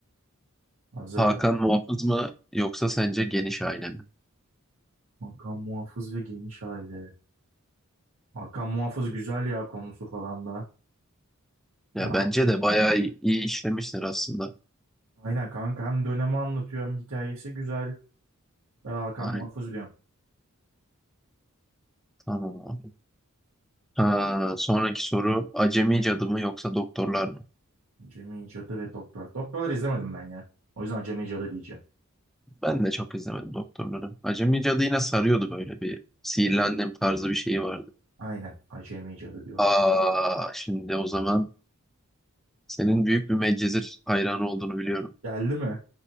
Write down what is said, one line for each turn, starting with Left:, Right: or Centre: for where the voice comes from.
Right: Hazırım.
Centre: Hakan Muhafız mı yoksa sence geniş aile mi?
Right: Hakan Muhafız ve Geniş Aile. Hakan Muhafız güzel ya konusu falan da.
Centre: Ya
Right: Ha,
Centre: bence de bayağı iyi, iyi işlemişler aslında.
Right: aynen kanka hem dönemi anlatıyor hem hikayesi güzel. Ben Hakan
Centre: Ay,
Right: Muhafız diyorum.
Centre: tamam. abi. Ha, sonraki soru Acemi Cadı mı yoksa Doktorlar mı?
Right: Acemi Cadı ve Doktor. Doktorları izlemedim ben ya. O yüzden Acemi Cadı diyeceğim.
Centre: Ben de çok izlemedim Doktorları. Acemi Cadı yine sarıyordu böyle bir sihirli annem tarzı bir şeyi vardı.
Right: Aynen Acemi Cadı diyorum.
Centre: Aa, şimdi o zaman senin büyük bir Medcezir hayranı olduğunu biliyorum.
Right: Geldi mi?